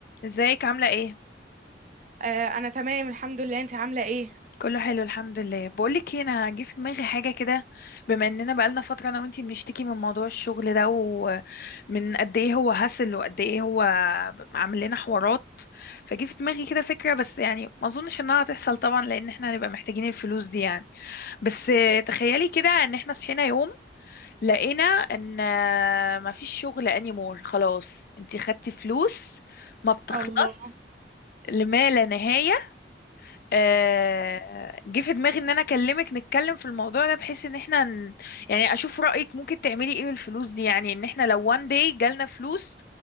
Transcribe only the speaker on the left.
ازيك عاملة ايه؟
كله حلو الحمد لله بقولك ايه انا جه في دماغي حاجة كده بما اننا بقالنا فترة انا وانتي بنشتكي من موضوع الشغل ده ومن قد ايه هو هسل وقد ايه هو عامل لنا حوارات فجه في دماغي كده فكرة بس يعني ما اظنش انها هتحصل طبعا لان احنا هنبقى محتاجين الفلوس دي يعني بس تخيلي كده ان احنا صحينا يوم لقينا ان مفيش شغل انيمور خلاص انتي خدتي فلوس ما بتخلص
لما لا نهاية آه، جه في دماغي ان انا اكلمك نتكلم في الموضوع ده بحيث ان احنا ن... يعني اشوف رأيك ممكن تعملي ايه بالفلوس دي يعني ان احنا لو one day جالنا فلوس